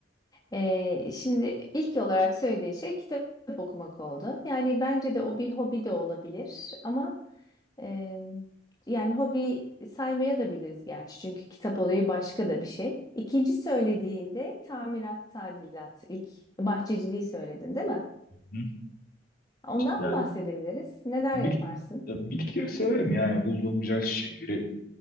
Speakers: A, on the left; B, on the left.
A: Ee, şimdi ilk olarak söylediğin şey kitap okumak oldu. Yani bence de o bir hobi de olabilir ama e, yani hobi saymaya da biliriz gerçi. Çünkü kitap olayı başka da bir şey. İkinci söylediğinde tamirat, tadilat, ilk bahçeciliği söyledin, değil mi?
B: Hı.
A: Ondan
B: Yani
A: bahsedebiliriz. Neler
B: bit,
A: yaparsın?
B: ya bitkileri severim yani. Bulduğum güzel çiçekleri